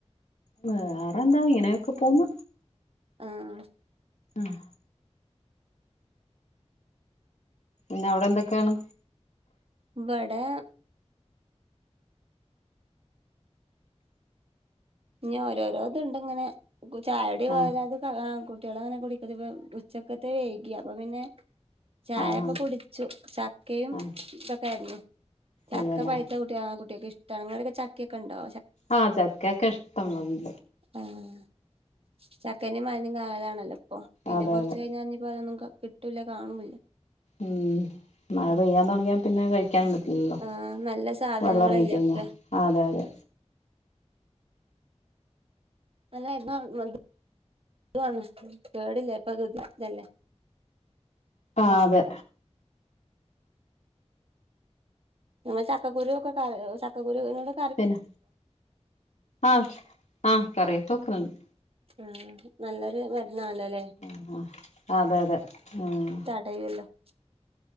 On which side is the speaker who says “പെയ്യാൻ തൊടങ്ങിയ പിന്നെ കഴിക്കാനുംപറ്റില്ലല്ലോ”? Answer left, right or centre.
Left